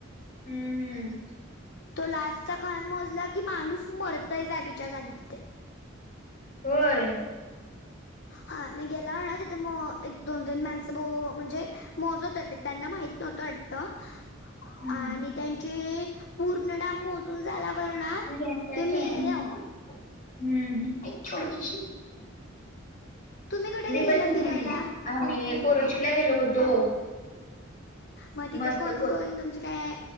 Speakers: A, on the left (about 45°); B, on the left (about 60°).
A: हम्म, हम्म.
B: तो लास्टचा खांब मोजला की माणूस मरतय जागेच्या जागी तिथे.
A: होय.
B: हा मी गेला हो ना तिथे म एक दोन तीन माणसं म्हणजे मोजत होते त्यांना माहित नव्हतं वाटत
A: हम्म
B: आणि त्यांचे पूर्णडम मोजून झाला झाल्यावर
A: गॅसवर
B: ते
A: ठेवायचं.
B: मेले. <inaudible>
A: हम्म छोटी
B: तुम्ही कुठे गेलेला
A: पण
B: फिरायला?
A: आ <inaudible> कोरुचीला गेलो होतो.
B: मग
A: मस्त
B: तिथे कोण
A: क
B: कोण तुमचे काय